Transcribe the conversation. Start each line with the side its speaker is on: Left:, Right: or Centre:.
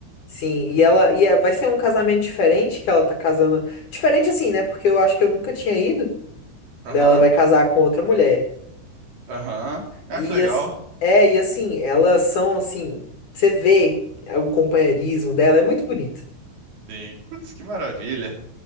Left: sim, e ela e é- vai ser um casamento diferente que ela tá casando. Diferente assim, né? Porque eu acho que eu nunca tinha ido.
Right: Aham,
Left: Ela vai casar com outra mulher.
Right: aham. Ah,
Left: E
Right: que legal.
Left: assim, é, e assim, elas são assim, você vê é, o companheirismo dela, é muito bonito.
Right: Sim. Putz, que maravilha.